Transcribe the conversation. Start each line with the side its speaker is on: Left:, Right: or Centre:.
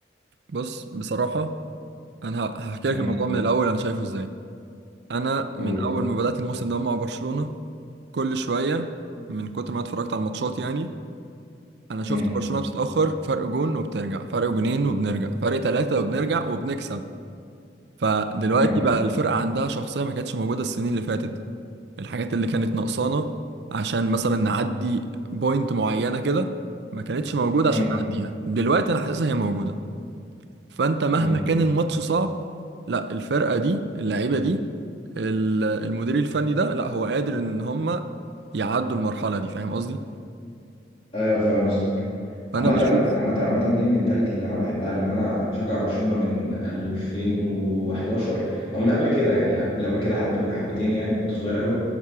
Right: بص بصراحه انا ه- هحكي
Left: امم
Right: لك الموضوع من الاول انا شايفه ازاي انا
Left: قول
Right: من اول ما بدات الموسم ده مع برشلونه كل شويه من كتر ما أنا اتفرجت على الماتشات يعني انا شفت
Left: امم
Right: برشلونه بتتاخر فرق جون وبترجع فرق جونين وبنرجع فرق ثلاثه وبنرجع وبنكسب فدلوقتي
Left: امم
Right: بقى الفرقه عندها شخصيه ما كانتش موجوده السنين اللي فاتت الحاجات اللي كانت ناقصانا عشان مثلا نعدي بوينت معينة كده ما كانتش موجودة
Left: امم
Right: عشان نعديها دلوقتي انا حاسسها هي موجودة فانت مهما
Left: امم
Right: كان الماتش صعب لا الفرقة دي اللعيبة دي ال- المدير الفني ده لا هو قادر ان هم يعدوا المرحلة دي فاهم قصدي
Left: ايوه فاهم قصدك
Right: فانا
Left: عامة
Right: بشوف
Left: عامة عامة دي المينتاليتي اللي انا بحبها لان انا انا بشجع برشلونة من 2011 او من قبل كده يعني قبل قبل كده حب حبتين يعني كنت صغير قوي